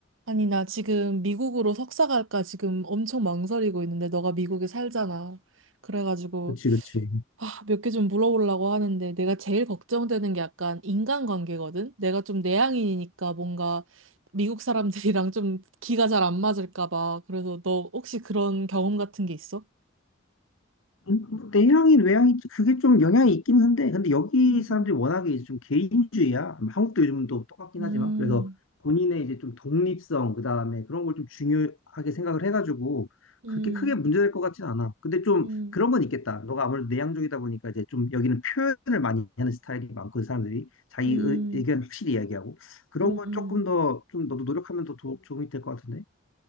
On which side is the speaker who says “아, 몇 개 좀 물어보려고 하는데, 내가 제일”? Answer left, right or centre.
Right